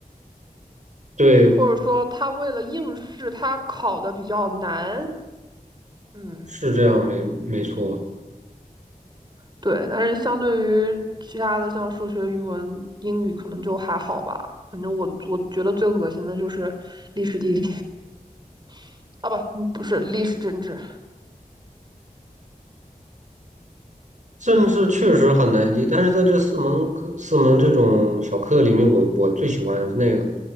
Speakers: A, on the right; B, on the right.
A: 对，
B: 或者说他为了应试，他考的比较难。嗯，
A: 是这样，没没错。
B: 对。但是相对于其他的，像数学、语文、英语，可能就还好吧。反正我我觉得最恶心的就是历史地理 <laughs> 啊，不，不是历史政治。
A: 政治确实很难记，但是在这四门课、四门这种小课里面，我我最喜欢那个，